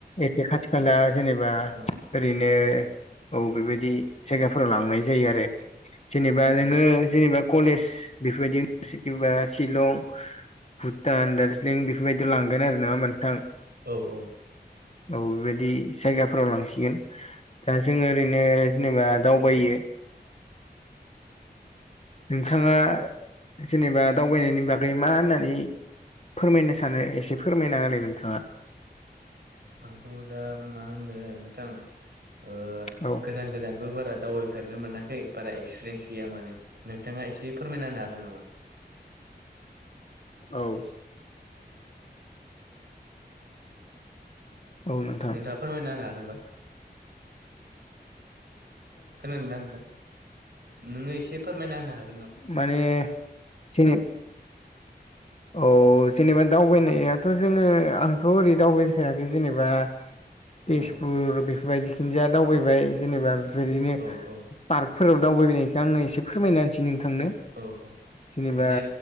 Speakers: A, on the left; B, on the right.
A: एसेे खाथि खाला जेनेबा
B: औ
A: ओरैनो औ बेबायदि जायगाफोराव लांनाय जायो आरो जेनेबा
B: औ
A: नोंङो जेनेबा कलेज बेफोरबायदि इउनिभारसिटि बा शिलं भुटान दार्जिलिं बेफोरबायदियाव लांगोन आरो नंङा होनबा नोंथां
B: औ औ
A: औ बेबायदि जायगाफोराव लांसिगोन दा जोंङो ओरैनो जेनेबा दावबायो नोंथांङा जेनेबा दावबायनायनि बागै मा होननानै फोरमायनो सानो एसे फोरमायनाहोलाय नोंथांङा
B: आंथ' दा मा होननो नोंथां ओ
A: औ
B: गोजान गोजानबो बारा दावबाय फेरनो मोनाखै बारा एक्सपिरियेन्स गैया माने नोंथांङा एसे फोरमायना होनो हागोन नामा?
A: औ औ नोंथां
B: नोंथाङा फोरमायना होनो हागोनबा? खोनादों ना नोंथां? नोङो एसे फोरमायना होनो हा
A: माने जेने औ जेनेबा दावबायनायाथ' जोंङो आंथ' ओरै दावबायफेराखै जेनेबा तेजपुर
B: औ
A: बेफोरबायदिथिंजा दावबायबाय जेनेबा बेफोरबायदिनो
B: औ औ
A: पार्क फोराव दावबायनायखौ आंङो एसे फोरमायना होनोसै नोंथांनो
B: औ औ
A: जेनेबा
B: एसे